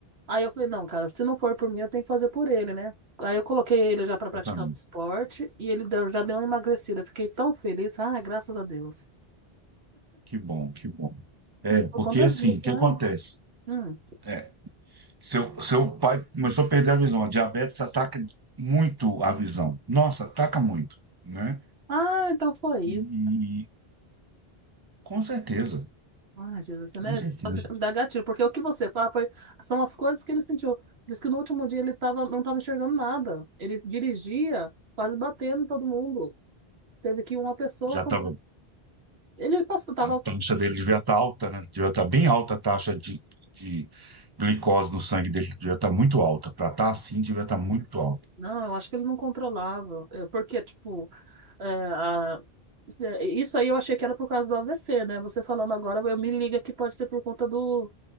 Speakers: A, on the right (about 85°); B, on the right (about 25°).
A: Aí eu falei, não, cara, se não for por mim, eu tenho que fazer por ele, né? Aí eu coloquei ele já pra praticar
B: Exatamente.
A: o esporte e ele deu- já deu uma emagrecida. Fiquei tão feliz, ah, graças a Deus.
B: Que bom, que bom. É,
A: E por
B: porque
A: conta
B: assim,
A: disso,
B: o que
A: né?
B: acontece?
A: Hum.
B: É, seu, seu pai começou a perder a visão. A diabetes ataca muito a visão. Nossa, ataca muito, né?
A: Ah, então foi isso.
B: E, e- com certeza,
A: Ai, Jesus, você, né?
B: com certeza.
A: Esse caso me dá gatilho, porque o que você fala foi, são as coisas que ele sentiu. Diz que no último dia ele tava, não estava enxergando nada. Ele dirigia, quase batendo em todo mundo. Teve que uma pessoa.
B: Já
A: com-
B: estava,
A: Ele passou, tava.
B: a taxa dele devia estar alta, né? Devia estar bem alta a taxa de, de glicose no sangue dele, devia estar muito alta. Para estar assim, devia estar muito alta.
A: Não, eu acho que ele não controlava. É, Porque, tipo, é, a- é, isso aí eu achei que era por causa do AVC, né? Você falando agora, eu me liga que pode ser por conta do,